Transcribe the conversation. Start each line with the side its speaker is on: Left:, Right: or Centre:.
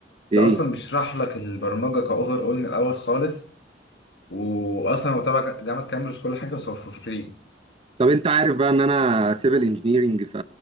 Right: ايه
Left: ده اصلا بيشرح لك البرمجه كاوفر اول من الاول خالص واصلا هو تبع جا- جامعه كامبريدج كل حاجه بس هو فور فري
Right: طب انت عارف بقى ان انا سيفل انجينيرنج ف...